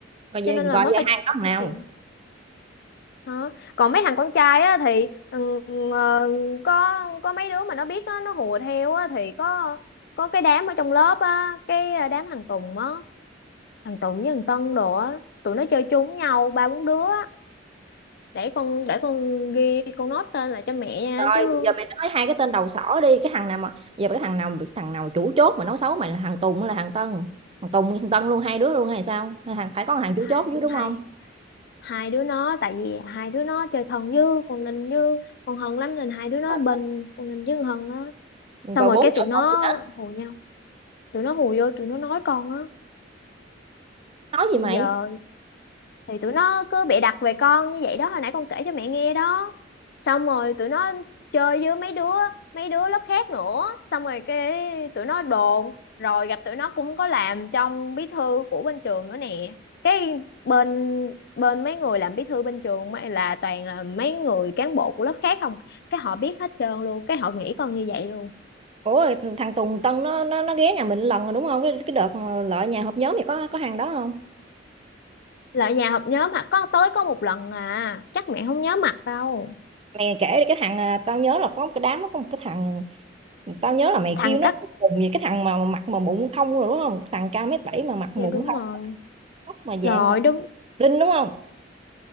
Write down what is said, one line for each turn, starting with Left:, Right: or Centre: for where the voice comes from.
Right: coi giờ
Left: Cho nên là
Right: coi
Left: mới
Right: giờ
Left: phải
Right: hai nó thằng
Left: phải
Right: nào
Left: chịu. Đó. Còn mấy thằng con trai á thì ừ, ờ, có có mấy đứa mà nó biết á, nó hùa theo á thì có có cái đám ở trong lớp á, cái ờ, đám thằng Tùng á, thằng Tùng với thằng Tân đồ á, tụi nó chơi chung với nhau ba bốn đứa á. Để con để con ghi con nốt tên lại cho mẹ nha
Right: coi
Left: chứ
Right: bây giờ mày nói hai cái tên đầu sỏ đi cái thằng nào mà giờ cái thằng nào thằng nào chủ chốt mà nói xấu mày là thằng Tùng hay là thằng Tân thằng Tùng với thằng Tân luôn hai đứa luôn hay sao Hay thằng phải có thằng chủ
Left: hai
Right: chốt chứ đúng
Left: hai
Right: không
Left: hai đứa nó tại vì hai đứa nó chơi thân với con Ninh với con Hân lắm nên hai đứa nó
Right: Ờ.
Left: bên con Ninh với con Hân á. Xong
Right: rồi
Left: rồi
Right: bốn
Left: cái tụi
Right: vợ
Left: nó
Right: một gì nữa
Left: hù nhau, tụi nó hù vô tụi nó nói con á.
Right: nói gì
Left: Thì
Right: mày
Left: giờ thì tụi nó cứ bịa đặt về con như vậy đó hồi nãy con kể cho mẹ nghe đó xong rồi tụi nó chơi với mấy đứa mấy đứa lớp khác nữa xong rồi cái tụi nó đồn rồi gặp tụi nó cũng có làm trong bí thư của bên trường nữa nè cái bên bên mấy người làm bí thư bên trường mấy- là toàn là mấy người cán bộ của lớp khác không cái họ biết hết trơn luôn cái họ nghĩ con như vậy luôn
Right: ủa thằng Tùng Tân nó nó nó ghé nhà mình lần rồi đúng không cái, cái đợt mà lợi nhà họp nhóm thì có có hàng đó không
Left: là nhà họp nhóm mà có tới có một lần à chắc mẹ không nhớ mặt đâu
Right: mày kể đi cái thằng à, tao nhớ là có một cái đám nó có một cái thằng tao nhớ là mày
Left: thằng
Right: kêu nó
Left: cắt
Right: cùng cùng gì cái thằng mà mặt mà mụn không rồi đúng không thằng cao mét bảy mà mặt
Left: dạ
Right: mụn
Left: đúng
Right: không
Left: rồi
Right: tóc mà
Left: rồi
Right: dạng mà
Left: đúng
Right: linh đúng không